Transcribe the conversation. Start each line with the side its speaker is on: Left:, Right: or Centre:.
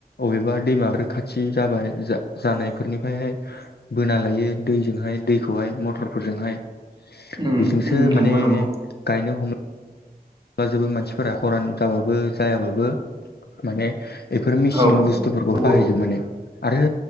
Left: अबेबा दैमाफोर खाथि जाबाय जा जानायफोरनिफ्रायहाय बोना लायो दैजोंहाय दैखौहाय मटरफोरजोंहाय
Right: उम
Left: बेजोंसो
Right: उम नंगौ
Left: माने
Right: नंगौ
Left: गायनो हमो जोबो मानसिफोरा खरान जाबाबो जायाबाबो माने बेफोर मेसिन
Right: औ
Left: बुस्थुफोरखौ
Right: औ
Left: बाहायजोब माने आरो